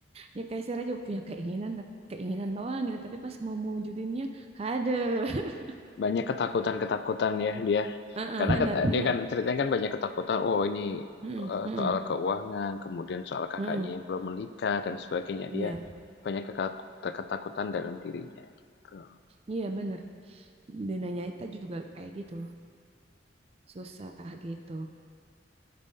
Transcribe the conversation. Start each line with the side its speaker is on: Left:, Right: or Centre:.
Right: ya kayak saya aja punya keinginan, dah. keinginan doang gitu. Tapi pas mau mewujudinnya, ada. <laughs>
Left: Banyak ketakutan-ketakutan ya dia.
Right: Heeh,
Left: Karena
Right: benar,
Left: kata-
Right: benar.
Left: dia kan ceritanya kan banyak ketakutan. Oh ini
Right: Heeh,
Left: eh,
Right: heeh,
Left: soal keuangan, kemudian soal kakaknya
Right: heeh.
Left: yang belum menikah dan sebagainya.
Right: Iya,
Left: Dia banyak kekat- ketakutan dalam dirinya. Gitu.
Right: iya benar. Dunianya kita juga kayak gitu, susah gitu.